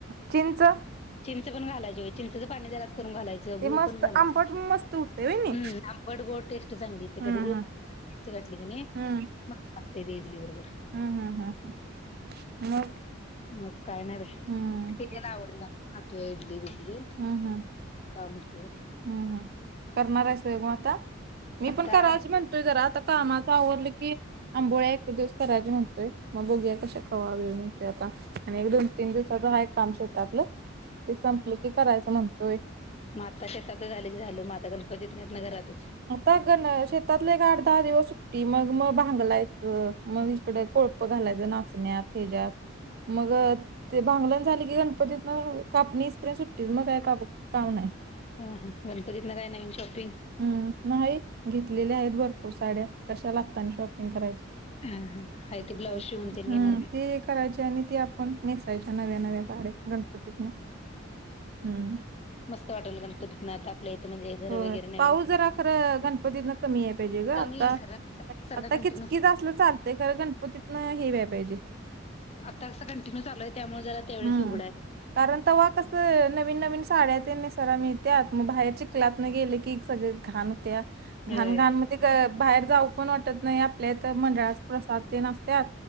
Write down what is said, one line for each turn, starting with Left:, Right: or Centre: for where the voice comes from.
Right: चिंच?
Left: चिंच पण घालायची, चिंचचं पाणी जरास करून घालायचं
Right: ते
Left: गुळ
Right: मस्त
Left: पण घालायचं
Right: आंबट मस्त होतंय व्हयनी
Left: हम्. आंबट गोड टेस्ट चांगलीे येते
Right: हम्म
Left: त्यात गुळ <unintelligible> घातली कनी
Right: हम्म
Left: मस्त लागतेय ते इडली बरोबर.
Right: हम्म हम् हम् ह मग.
Left: मग काय नाही‌
Right: हम्म
Left: बाई <unintelligible> आवडती या खातोय इडली बिडली.
Right: हम्म हम्म
Left: काय ‌म्हणतय.?
Right: हम्म हम्म करणार आहेस‌ व्हय गं आता? मी
Left: आता
Right: पण करायच म्हणतोय जरा, आता कामाच आवडलं की आंबोळ्या एक दिवस करायच्या म्हणतोय मग बगुया कशा वेळ‌ मिळतोय आता. आणि एक, दोन, तीन दिवसाच हा एक काम ते संपलं करायचं म्हणतोय.
Left: माता शेतात झाले की झाल म आता गणपतीत हेतनी घरातच.
Right: आता गण शेतातले एक आठ, दहा दिवस सुट्टी मग ‌ म‌ भांगलायचं. मग हकडे कोळप घालायचं नाचण्यात हेच्यात मग ते भांगलण झाली की गणपतीतेन कापणी येईपर्यंत सुट्टीच मग काय काप काम नाही?
Left: हा हा गणपतीतन काय नवीन शॉपिंग?
Right: हम्म नाही घेतलेल्या आहेत भरपूर साड्या कशाला शॉपिंग करायच्या.
Left: हा हा हाय
Right: हम्म
Left: ते ब्लाऊज शिवून तेन घेणार काय
Right: ते करायचे आणि ते आपण नेसायच्या नव्या नव्या. साड्या गणपतीत न हम्म.
Left: मस्त वाटल गणपतीत न आपल्या म्हणेज घर
Right: होय
Left: वगैरे नाही-
Right: पाऊस जरा अ खरं गणपतीन कमी याय पाहिजे ग
Left: कमी
Right: आता
Left: येईल खरं सारखा
Right: आता
Left: कंटिन्यू
Right: किच कीच असलं चाल- तय खंर गणपतीतन हे व्हायाय पाहिजे.
Left: आता कसं कंटिन्यू चालू आहे त्यामुळे जरा तेवढच
Right: हम्म
Left: उघडा आहे.
Right: कारण तेव्हा कस नवीन नवीन साड्यातेन नेसायला मिळत्यात मग बाहेर चिकलात ना गेले की, सगळे घाण होत्या,
Left: होय
Right: घाण घाण म ते बाहेर जाऊ पण वाटतं नाही आपल्या इथं मंडळाच प्रसाद ते असत्यात